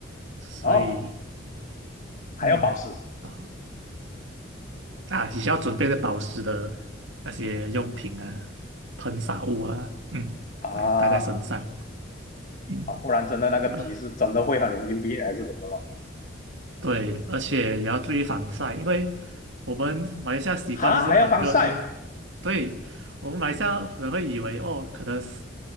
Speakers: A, on the right; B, on the left.
A: 所以
B: 哦，还要保湿
A: 嗯。啊。啊，你需要准备的保湿的那些用品啊、喷洒物啊，嗯，
B: 啊
A: 来带在身上，嗯，
B: 啊，不然真的那个皮是真的会很容易裂还是怎么了？
A: 那对，而且也要注意防晒，因为我们马来西亚习惯就是很热，
B: 哈，还要防晒？
A: 就是对我们马来西亚可能会以为哦，可能是